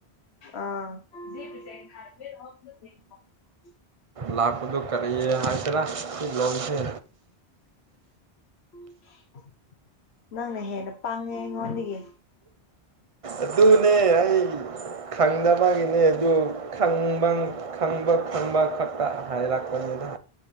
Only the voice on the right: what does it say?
ꯂꯥꯛꯄꯗ ꯀꯔꯤ ꯍꯥꯏꯇꯦꯔ ꯂꯣꯟꯁ
ꯑꯗꯨꯅꯦ ꯑꯩ ꯈꯪꯗꯕꯒꯤꯅꯦ ꯑꯗꯨ ꯈꯪꯕ ꯈꯪꯕ ꯈꯪꯕ ꯈꯛꯇ ꯍꯥꯏꯔꯛꯄꯅꯤꯗ